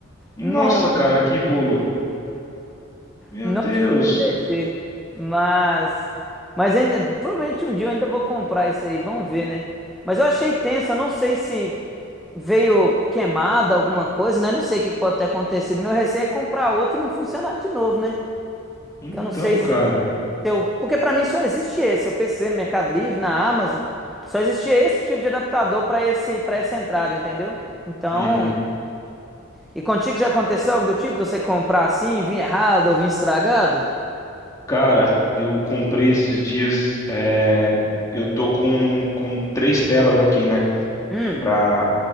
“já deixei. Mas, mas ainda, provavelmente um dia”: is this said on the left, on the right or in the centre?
Centre